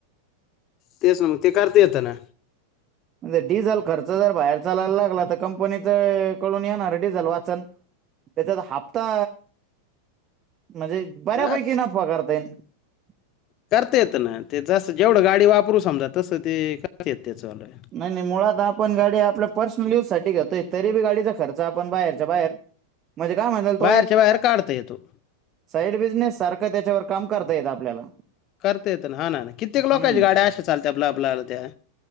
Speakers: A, on the left; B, on the right.
A: तेच मग ते करते येतं ना.
B: म्हणजे डिझेल खर्च जर बाहेर चालायला लागला तर कंपनी कडून येणार डिझल वाचन. त्याच्यात हप्ता म्हणजे बऱ्यापैकी
A: हा
B: नफा करता येईन <inaudible>
A: करता येत ना ते जास्त जेव. ढं गाडी वापरू समजा तसं ते करता येत त्या चलय.
B: नाही नाही मुळात आपण गाडी आपल्या पर्सनल युज साठी घेतोय तरी बी गाडीचा खर्च आपण बाहेरच्या बाहेर. म्हणजे काय म्हणाल तो
A: बाहेरच्या
B: एक.
A: बाहेर काढता येतो
B: साईड बिझनेस सारखं त्याच्यावर काम करता येत आपल्याला.
A: करता येत ना हा ना कित्येक
B: हम्म
A: लोकांची गाड्या अं चालते आपल्या आपल्याला त्या.